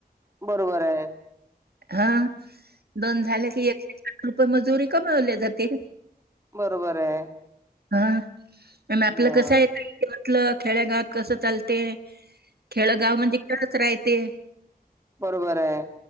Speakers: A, on the right; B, on the right.
A: बरोबर आहे
B: हा दोन झाले की एकशे सठ रुपये मजुरी कमावल्या जातील
A: बरोबर आहे
B: हा म आपलं
A: ह बरोबर हा
B: कसं आहे म्हटलं खेड्यागावात कसं चालते खेळगाव म्हणजे कटक राय ते
A: बरोबर आहे